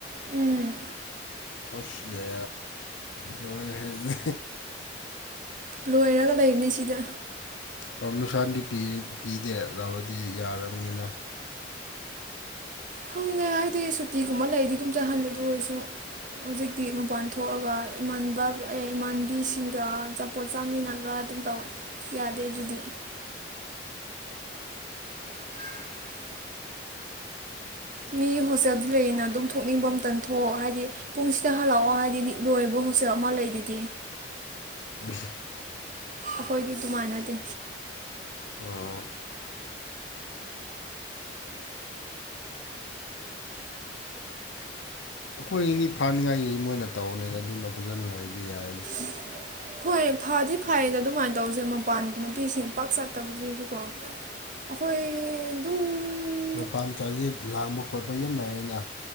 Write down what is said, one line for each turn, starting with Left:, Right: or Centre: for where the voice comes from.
Right: ꯎꯝ
Left: ꯑꯣꯁꯤꯌꯦ ꯂꯣꯏꯔꯦꯍꯦ ꯑꯗꯨꯗꯤ
Right: ꯂꯣꯏꯔꯒ ꯂꯩꯕꯅꯤ ꯁꯤꯗ
Left: ꯄꯥꯔꯃꯤꯁꯟꯗꯤ ꯄꯤꯗꯦ ꯂꯧꯔꯗꯤ ꯌꯥꯔꯕꯅꯤꯅ
Right: ꯈꯪꯗꯦ ꯍꯥꯏꯗꯤ ꯁꯨꯇꯤꯒꯨꯝꯕ ꯂꯩꯗꯤ ꯑꯗꯨꯝ ꯆꯥꯍꯜꯂꯦ ꯑꯗꯨ ꯑꯣꯏꯔꯁꯨ ꯍꯧꯖꯤꯛꯇꯤ ꯃꯄꯥꯟ ꯊꯣꯛꯑꯒ ꯏꯃꯥꯟꯅꯕ ꯏꯃꯥꯟꯕꯤꯁꯤꯡꯒ ꯄꯣꯠ ꯆꯥꯃꯤꯟꯅꯒ ꯑꯗꯨꯝ ꯇꯧꯌꯦ ꯌꯥꯗꯦ ꯑꯗꯨꯗꯤ <unintelligible> ꯃꯤ ꯍꯣꯁꯇꯦꯜ ꯂꯩꯌꯦꯅ ꯑꯗꯨꯝ ꯊꯣꯛꯅꯤꯡꯕ ꯑꯃꯇ ꯊꯣꯛꯑꯣ ꯍꯥꯏꯗꯤ ꯄꯨꯡꯁꯤꯗ ꯍꯜꯂꯛꯑꯣ ꯍꯥꯏꯗꯤ ꯂꯣꯏꯕ ꯍꯣꯁꯇꯦꯜ ꯑꯃ ꯂꯩꯗꯨꯗꯤ
Left: ꯎꯝ
Right: ꯑꯩꯈꯣꯏꯗꯤ ꯑꯗꯨꯃꯥꯟꯅꯗꯦ
Left: ꯑꯣ ꯑꯩꯈꯣꯏ ꯏꯅꯤ ꯐꯥꯅꯤꯡꯉꯥꯏꯒꯤ ꯃꯣꯏꯅ ꯇꯧꯕꯅꯦꯅ ꯑꯗꯨꯅ ꯐꯖꯅ ꯂꯩꯔꯗꯤ ꯌꯔꯦꯗ
Right: <unintelligible> ꯍꯣꯏ ꯐꯗꯤ ꯐꯩꯌꯦꯗ ꯑꯗꯨꯃꯥꯏꯅ ꯇꯧꯁꯦ ꯃꯄꯥꯟ ꯅꯨꯄꯤꯁꯤꯡ ꯄꯥꯛ ꯆꯠꯇꯕꯒꯤꯗꯤꯀꯣ ꯑꯩꯈꯣꯏ ꯑꯗꯨꯝ
Left: ꯃꯄꯥꯟ ꯆꯥꯠꯗꯤ ꯂꯥꯡꯕ ꯈꯣꯠꯄ ꯌꯥꯝ ꯂꯩꯑꯦꯅ